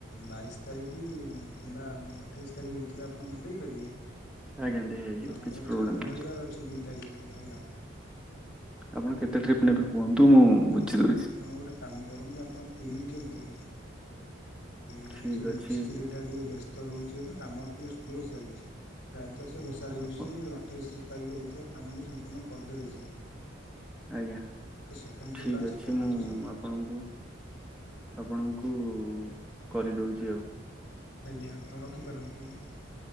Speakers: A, on the left; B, in the centre.
A: ବାଇଶ ତାରିଖ କିମ୍ବା ଅଠେଇଶ ତାରିଖ ଭିତରେ ଆପଣ ମତେ ଦେଇପାରିବେ?
B: ଆଜ୍ଞା ଦେଇ ହେଇଯିବ
A: ହଁ
B: କିଛି
A: ମୋର
B: ପ୍ରୋବ୍ଲେମ୍
A: ଛାତ
B: ନାହିଁ
A: ପଡ଼ିବାରେ ଅଛି ଦି ତାରିଖରେ ହେଲା।
B: ଆପଣ କେତେ ଟ୍ରିପ ନେବେ କୁହନ୍ତୁ? ମୁଁ
A: ଆପଣ
B: ବୁଝିଦଉଛି
A: ଆପଣ ଗୋଟେ କାମ କରନ୍ତୁ ଆପଣ ତିନି ଟ୍ରିପ୍ ଦିଅନ୍ତୁ। ଆଉ
B: ଠିକ୍
A: ସେ ମିସ୍ତ୍ରୀ
B: ଅଛି
A: ଟା ଟିକେ ବ୍ୟସ୍ତ ରହୁଛି ଏବେ କାମ ଟିକେ ସ୍ଲୋ ଚାଲିଛି ପ୍ରାୟ ତ ସେ ଘୋଷାରି
B: ଆପଣ
A: ଘୁଷରି ଅଠେଇଶ ତାରିଖ ଭିତରେ କାମଟି ସମ୍ପୂର୍ଣ୍ଣ କରିଦେବେ ସିଏ। ଆଉ
B: ଆଜ୍ଞା
A: ସେ ସେକେଣ୍ଡ ଫ୍ଲୋରଟା
B: ଠିକ
A: ଛାତ
B: ଅଛି
A: ପଡ଼ୁଛି
B: ମୁଁ ଆପଣଙ୍କୁ ଆପଣଙ୍କୁ କୁ କରିଦଉଛି ଆଉ।
A: ଆଜ୍ଞା ଆପଣ ରଖିପାରନ୍ତି ଆଜ୍ଞା।